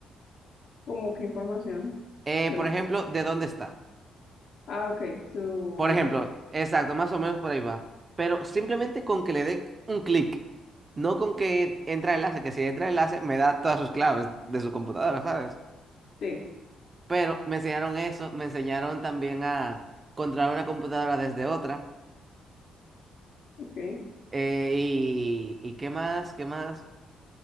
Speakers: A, on the left; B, on the right.
A: como qué información.
B: Eh,
A: Ya
B: por
A: me-
B: ejemplo, de dónde está.
A: Ah, ok, su
B: Por
A: ubicación.
B: ejemplo, exacto, más o menos por ahí va. Pero simplemente con que le dé un clic, no con que entra el enlace, que si entra el enlace me da todas sus claves de su computadora, ¿sabes?
A: Sí,
B: Pero me enseñaron eso, me enseñaron también a controlar una computadora desde otra.
A: ok.
B: Eh, y, ¿y qué más? ¿Qué más?